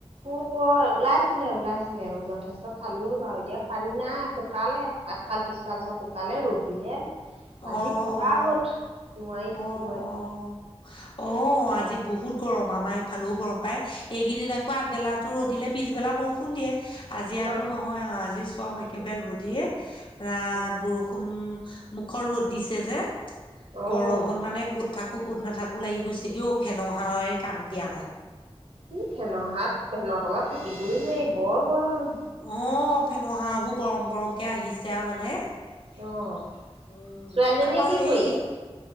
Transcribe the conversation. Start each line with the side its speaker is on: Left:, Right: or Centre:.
Right: ওলাইছিলে ওলাইছিলে আৰু যথেষ্ট - খালো বাৰু এতিয়া পানী নাই শুকালে আগফাল-পিছফাল চব শুকালে ৰ'দ দিলে। আজি
Left: অঁ
Right: পুৰা
Left: অঁ
Right: ৰ'দ নোৱাৰি থাকিব
Left: অঁ
Right: একদম।
Left: অঁ অ আজি ব- বহুত গৰম আমাৰ ইফালেও গৰম পায় এইকেইদিন আকৌ আগবেলাটো ৰ'দ দিলে পিছবেলা বৰষুণ দিয়ে। আজি আকৌ
Right: অ',
Left: নহয় আও আজি চব একেবাৰে ৰ'দে আহ
Right: অ',
Left: বৰষুণ মুখৰ ৰ'দ দিছে যে
Right: অ',
Left: গৰমত মানে ক'ত থাক - কুকুত নাথাকো লাগি গৈছে কিয় ফেনৰ হাৱাই কাম দিয়া নাই।
Right: হে ভেনত হাত ভেনৰ তলত থাকিবই নাই বৰ গৰম।
Left: অ ফেনহাৱাবোৰ গৰম গৰম কে আহিছে আৰু মানে। উম
Right: অ'। ছোৱালীজনীয়ে
Left: তাপা
Right: কি
Left: সেই
Right: কৰি আছে?